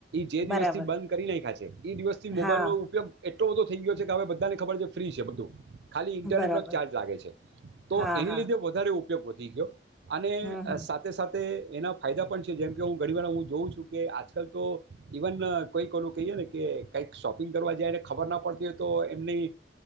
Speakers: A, on the right; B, in the centre.
A: જે
B: બરાબર
A: દિવસ થી બંધ કરી ના ખાય છે એ દિવસથી
B: હા
A: મોબાઈલ નો ઉપયોગ એટલો બધો થઈ ગયો છે કે હવે બધાનેબર છે ફ્રી છે બધું ખાલી ઇન્ટરનેટ
B: બરાબર
A: નો ચાર્જ લાગે છે તો
B: હા
A: એની
B: હા
A: લીધે વધારે ઉપયોગ વધી ગયો અને
B: હમ હમ
A: સાથે સાથે એના ફાયદા પણ છે જેમ કે હું ઘણી વાર હું જોઉં છું કે આજકાલ તો ઇવન કોઈ કોનું કહીએ કે કઈક શોપિંગ કરવા જાયને ખબર પડતી તો એમની